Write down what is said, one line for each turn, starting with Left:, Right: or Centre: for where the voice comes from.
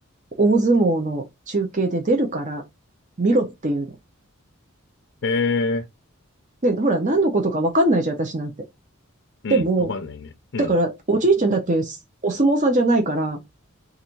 Right: 大相撲の中継で出るから見ろっていうの。
Left: え
Right: で、ほら、何のことかわかんないじゃん、私なんて。
Left: ー、
Right: でも、
Left: うん。わかんないね。うん。
Right: だから、おじいちゃんだってお相撲さんじゃないから、